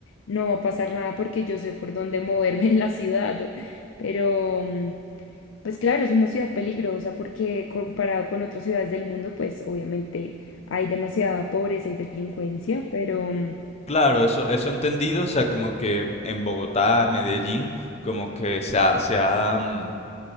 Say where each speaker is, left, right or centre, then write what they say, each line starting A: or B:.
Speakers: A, on the left; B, on the left.
A: no va a pasar nada porque yo sé por dónde moverme en la ciudad, pero... mm, Pues claro, es una ciudad peligrosa porque comparado con otras ciudades del mundo, pues obviamente hay demasiada pobreza y delincuencia, pero mm,
B: Claro, eso, eso he entendido, o sea, como que en Bogotá, Medellín, como que se ha, se ha, mm,